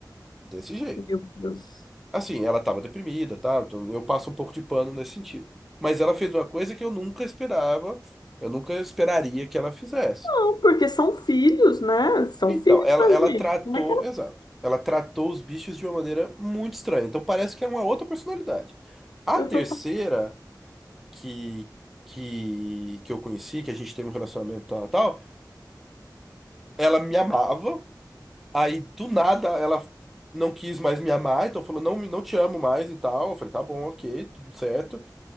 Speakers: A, in the centre; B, on the left (about 70°).
A: Desse jeito.
B: Meu Deus.
A: Assim, ela estava deprimida, tá? Então eu passo um pouco de pano nesse sentido. Mas ela fez uma coisa que eu nunca esperava, eu nunca esperaria que ela fizesse.
B: Não, porque são filhos, né? São
A: Então,
B: filhos
A: ela,
B: da
A: ela
B: gente.
A: tratou,
B: Como é que ela...
A: exato, ela tratou os bichos de uma maneira muito estranha. Então parece que é uma outra personalidade. A
B: Eu
A: terceira
B: tô
A: que, que, que eu conheci, que a gente teve um relacionamento tal, tal, ela me amava, aí do nada ela não quis mais me amar, então falou, não, não te amo mais e tal. Eu falei, tá bom, ok, tudo certo.